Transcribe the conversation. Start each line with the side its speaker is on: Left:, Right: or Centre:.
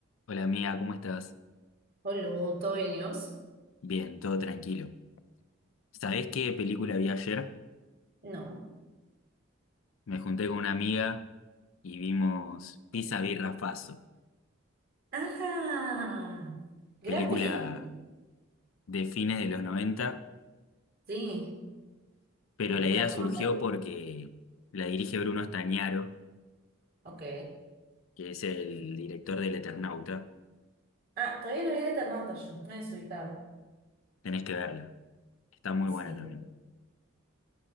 Left: Hola amiga, ¿cómo estás?
Right: Hola, ¿todo bien y vos?
Left: Bien, todo tranquilo. ¿Sabés qué película vi ayer?
Right: No.
Left: Me junté con una amiga y vimos Pisa Birra Faso,
Right: Ah, gran
Left: película
Right: película.
Left: de fines de los 90.
Right: Sí,
Left: pero
Right: nuestro
Left: la idea
Right: amor
Left: surgió
Right: marido.
Left: porque la dirige Bruno Stagnaro,
Right: Ok,
Left: que es el director del Eternauta.
Right: Ah, todavía no vi el Eternauta yo, una desubicada.
Left: Tenés que verla, está muy
Right: Y sí,
Left: buena también.